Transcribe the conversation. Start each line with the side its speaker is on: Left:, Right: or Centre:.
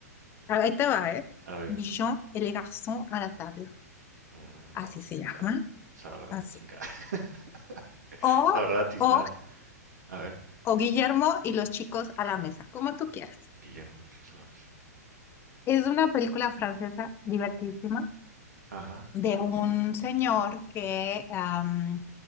Left: Ahí te va, ¿eh?
Right: A ver,
Left: Jean et les garçons à la table.
Right: mm,
Left: Así
Right: no, pues
Left: se
Right: quién
Left: llama.
Right: sabe. Sabrá la
Left: Así.
Right: chingada. <laughs>
Left: O,
Right: Sabrá la tiznada.
Left: o,
Right: A ver,
Left: o Guillermo y los chicos a la mesa, como tú quieras.
Right: Guillermo Iglesias a la mesa.
Left: Es una película francesa divertidísima
Right: Ajá.
Left: de un señor que am,